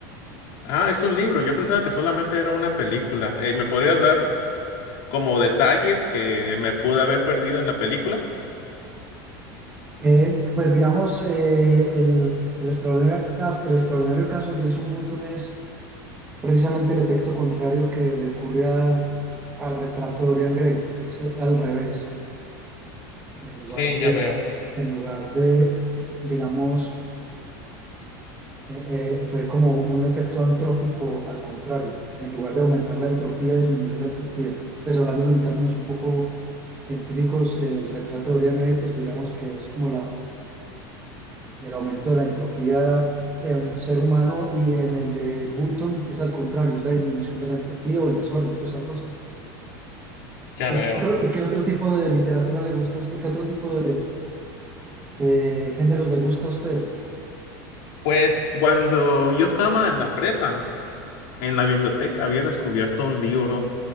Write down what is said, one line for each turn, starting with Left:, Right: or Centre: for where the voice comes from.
Left: Ah, es un libro. Yo pensaba que solamente era una película. Eh, ¿me podrías dar como detalles que me pude haber perdido en la película?
Right: Eh, pues digamos, eh, el, el extraordinario caso, el extraordinario caso de Jenson Button es precisamente el efecto contrario que le ocurre a- al retrato de Dorian Gray, es al revés. En lugar
Left: Sí, ya
Right: de,
Left: veo,
Right: en lugar de, digamos, eh, eh, fue como un efecto antrópico al contrario. En lugar de aumentar la entropía, disminuyó la entropía. Pues hablándolo en términos un poco científicos, eh, el retrato de Dorian Gray, pues digamos que es como la, el aumento de la entropía de un ser humano y en el de Button es al contrario, es la disminución de la entropía o el desorden, pues algo así.
Left: ya
Right: ¿Y
Left: veo.
Right: qué otro, y qué otro tipo de literatura le gusta a usted? ¿Qué otro tipo de, de géneros le gusta a usted?
Left: Pues cuando yo estaba en la prepa, en la biblioteca había descubierto un libro,